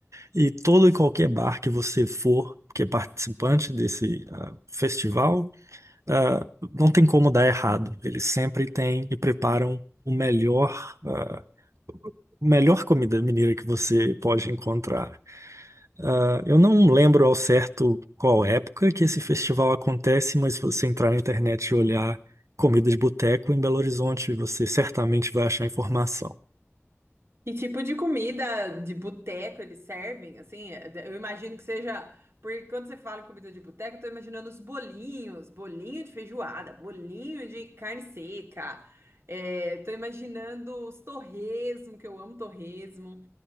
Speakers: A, on the right (about 85°); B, on the right (about 60°).
A: E todo e qualquer bar que você for, que é participante desse ah, festival, ah, não tem como dar errado. Eles sempre têm e preparam o melhor, ah, melhor comida mineira que você pode encontrar. Ah, eu não lembro ao certo qual época que esse festival acontece, mas se você entrar na internet e olhar comida de boteco em Belo Horizonte, você certamente vai achar informação.
B: Que tipo de comida de boteco eles servem? Assim, eu imagino que seja. Porque quando você fala em comida de boteco, eu tô imaginando os bolinhos, bolinho de feijoada, bolinho de carne seca. É, tô imaginando os torresmo, que eu amo torresmo.